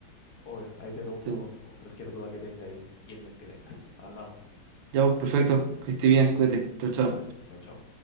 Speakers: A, on the left (about 55°); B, on the right (about 80°).
A: Obvio, ahí te pregunto
B: Sí.
A: con cualquier duda que tenga y, y opinión que tenga. Hablamos.
B: Ya, pues, perfecto. Que esté bien, cuídate. Chao, chao.
A: Igual, chao, chao.